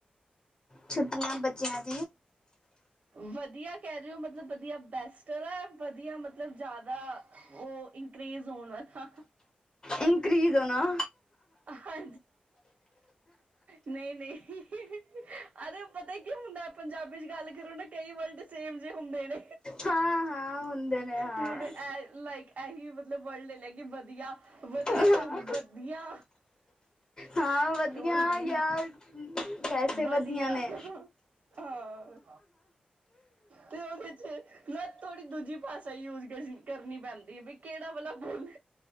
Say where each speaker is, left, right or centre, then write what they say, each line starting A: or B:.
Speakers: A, on the left; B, on the right.
A: ਛੁੱਟੀਆਂ ਬੱਚਿਆਂ ਦੀਆਂ
B: ਵਧੀਆ ਕਹਿ ਰਹੇ ਹੋ, ਮਤਲਬ ਵਧੀਆ ਬੈਸਟ ਵਾਲਾ ਵਧੀਆ ਮਤਲਬ ਜ਼ਿਆਦਾ ਉਹ ਇਨਕਰੇਜ ਹੋਣ ਵਾਲਾ।
A: ਇਨਕਰੀਜ਼ ਹੋਣਾ
B: ਹਾਂ ਨਹੀਂ-ਨਹੀਂ, ਅਰੇ ਪਤਾ ਕਿਉ ਹੁੰਦਾ। ਪੰਜਾਬੀ 'ਚ ਗੱਲ ਕਰੋ ਨਾ, ਕਈ ਵਰਲਡ ਸੇਮ ਜਿ ਹੁੰਦੇ ਨੇ,
A: ਹਾਂ ਹਾਂ ਹੁੰਦੇ ਨੇ ਹਾਂ
B: ਹੁਣ ਇਹ ਲਾਈਕ ਇਹੀ ਮਤਲਬ ਵਰਲਡ ਲੈ ਕੇ ਵਧੀਆ ਵਧੀਆ
A: ਹਾਂ ਹਾਂ ਵਧੀਆ
B: ਓਹੀ
A: ਯਾਰ ਵੈਸੇ
B: ਵਧੀਆ
A: ਨੇ
B: ਹਾਂ, ਤੇ ਉਹਦੇ 'ਚ ਮੈਂ ਥੋੜੀ ਦੂਜੀ ਭਾਸ਼ਾ ਯੂਜ ਕਰਨੀ ਪੈਂਦੀ ਹੈ ਬਈ ਕਿਹੜਾ ਭਾ ਬੋਲ।